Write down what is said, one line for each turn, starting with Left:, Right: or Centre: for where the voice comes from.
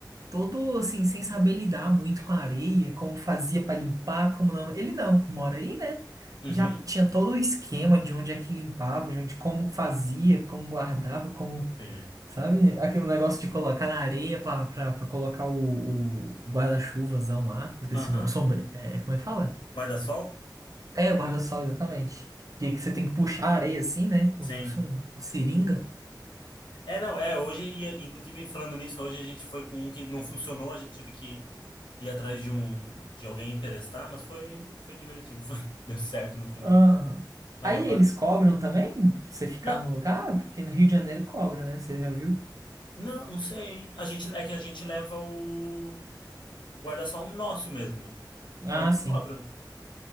Right: todo assim, sem saber lidar muito com a areia, como fazia pra limpar, como não. Ele não, mora aí, né?
Left: uhum.
Right: Já tinha todo o esquema de onde é que limpava, de onde, como fazia, como guardava, como.
Left: Sim.
Right: Sabe? Aquele negócio de colocar na areia pra, pra, pra colocar o, o guarda-chuvazão lá. Esqueci
Left: Aham.
Right: o nome. Sombre... É, como é que fala?
Left: Guarda-sol?
Right: É, o guarda-sol, exatamente. Que, que você tem que puxar a areia assim, né? Como
Left: Sim.
Right: se fosse um, uma seringa.
Left: É, não, é, hoje, ia- inclusive falando nisso, hoje a gente foi com um que não funcionou, a gente teve que ir atrás de um, de alguém emprestar, mas foi, foi divertido, foi, <laughs> deu certo no final,
Right: Aham.
Left: mas
Right: Aí
Left: eu gosto.
Right: eles cobram também? Você ficar
Left: Não,
Right: no lugar? Porque no Rio de Janeiro cobra, né? Você já viu?
Left: não, não sei, a gente, é que a gente leva o o guarda-sol nosso mesmo,
Right: Ah,
Left: mas não
Right: sim.
Left: cobram,